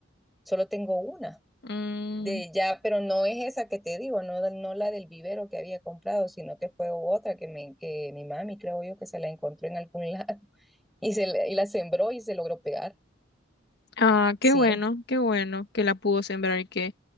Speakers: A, in the centre; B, on the left.
A: solo tengo una
B: Mm,
A: de ya, pero no es esa que te digo, no, no la del vivero que había comprado, sino que fue otra que, me, que mi mami, creo yo, que se la encontró en algún <laughs> lado y, se, la- y la sembró y se logró pegar.
B: Ah,
A: Sí,
B: qué bueno, qué bueno que la pudo sembrar y que,